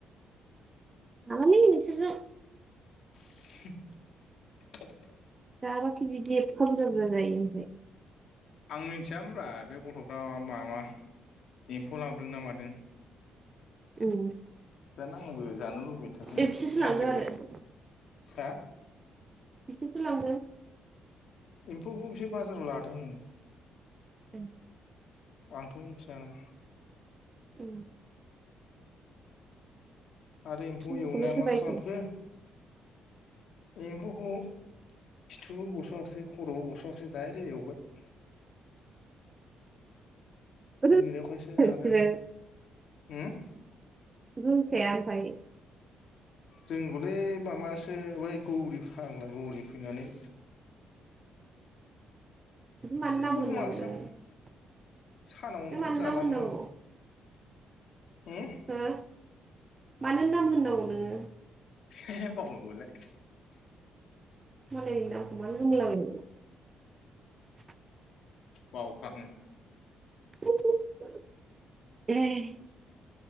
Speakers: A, on the right (about 30°); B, on the left (about 70°).
A: हालालै नोंसोरजों
B: <unintelligible>
A: जाबाखि बिदि एबफा बुज्रा बुज्रा जायो ओमफाय
B: आं मिथियामोनब्रा बे गथ'फ्रा माबा एम्फौ लाबोदों ना मादों
A: ओम
B: दाना आंबो जानो लुबैथाखानो
A: ए बिसोरसो लांदों
B: नागिरबाय
A: आरो
B: हा?
A: बिसोरसो लांदों
B: एम्फौखौ बिसोर बाजाराव लादोंमोन ओम
A: ए
B: आंथ' मिथियाना
A: औ
B: आरो एम्फौ
A: सनजिखौलाय
B: एवनाया
A: सोर
B: मा खालामखो
A: बायखो
B: बे एम्फौखौ खिथु बस'आसै खर' बस'आसै डाइरेक्ट एवबाय
A: रोङानो
B: मोनायावखायसो जाबाय
A: बिसोरो
B: आं
A: रोंखाया आमफाय
B: रोंगौलै माबासो बै गौरि फाग्ला गौरि फैनानै
A: <unintelligible>
B: जेबो बुङाखिसै आं सानाव मोनबाथ'
A: नोङो
B: जालामोन आं । होम?
A: नों मानो नाम होननांगौ नोङो?
B: <unintelligible>
A: मालायनि नामखौ मानो होनला बायो
B: बावफ्लाङो
A: <unintelligible> ए